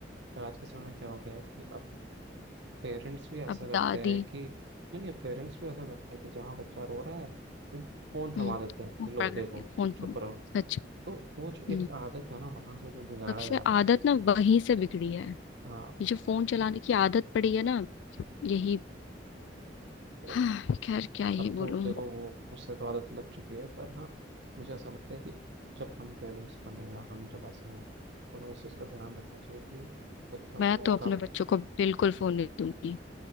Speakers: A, on the right; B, on the left.
A: पर आज के समय में क्या हो गया है कि अब पेरेंट्स भी ऐसा
B: अब
A: करते
B: दादी
A: हैं कि नहीं नहीं पेरेंट्स भी ऐसा करते हैं कि जहाँ बच्चा रो रहा है वो फोन
B: हम्म
A: थमा देते हैं
B: वो
A: कि लो
B: पकड़
A: देखो
B: के फोन थामा
A: चुप रहो
B: सच
A: तो वो
B: हम्म
A: जो एक आदत है ना वहां से जो गुजारा
B: सबसे
A: जा रहा
B: आदत
A: है
B: ना वहीं से बिगड़ी है
A: हाँ
B: ये
A: कि
B: जो फोन चलाने की आदत पड़ी है ना यही
A: तो
B: हाँ, खैर क्या ही
A: अब
B: बोलूं
A: तो देखो वो उससे तो आदत लग चुकी है पर हाँ मुझे ऐसा लगता है कि जब हम पेरेंट्स बने या हम जब ऐसे हों तो हमें इस चीज़ का ध्यान रखना चाहिए कि बच्चों
B: मैं
A: को
B: तो अपने
A: कम
B: बच्चों को बिल्कुल फोन नहीं दूंगी